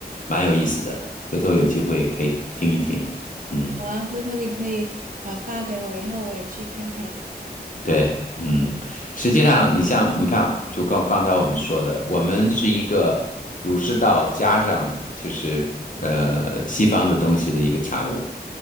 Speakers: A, on the left; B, on the right.
A: 蛮有意思的。回头有机会可以听一听。嗯，
B: 好啊，回头你可以呃发给我，然后我也去看看。
A: 对，嗯，实际上你像你看，就刚刚才我们说的，我们是一个儒释道加上就是呃西方的东西的一个产物。